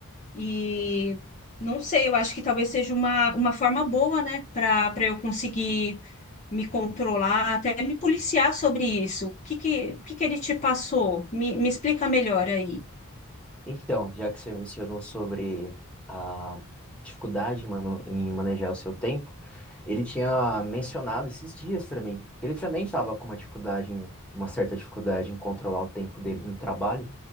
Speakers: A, on the left; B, in the centre.
A: E não sei, eu acho que talvez seja uma, uma forma boa, né, para para eu conseguir me controlar, até me policiar sobre isso. O que que, o que que ele te passou? Me, me explica melhor aí.
B: Então, já que você mencionou sobre a dificuldade em, mano- em manejar o seu tempo, ele tinha mencionado esses dias para mim que ele também estava com uma dificuldade, em- uma certa dificuldade em controlar o tempo dele no trabalho,